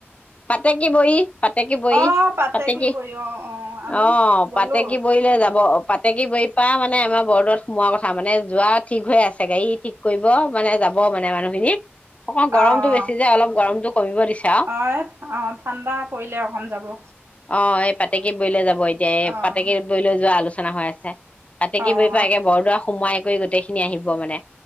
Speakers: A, on the left (about 30°); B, on the right (about 70°).
A: পাতেকী বহ পাতেকী বহ
B: অ', পাতে
A: পাতেকী
B: কি বৰি অ', আমি
A: অ
B: গ'লো।
A: পাতেকী বহলে যাব পাতেকী বহি পৰা মানে আমাৰ বৰদত সোমোৱাৰ কথা মানে যোৱা ঠিক হৈ আছে গাড়ী ঠিক কৰিব মানে যাব মানে মানুহখিনি অকণমান
B: অ',
A: গৰমতটো
B: অ'।
A: বেছি যে অলপ গৰমতটো কমিব দিছে আও
B: অ', এ অ ঠাণ্ডা পৰিলে অসম যাব
A: অ এই পাতেকি বৈলে যাব হব এতিয়া এই
B: অ',
A: পাতেকে বৈ লৈ যোৱা আলোচনা আলোচনা হৈ আছে পাতেকি
B: অ',
A: বহি পা একে বৰদোৱা সোমাই কৰি গোটেইখিনি আহিব মানে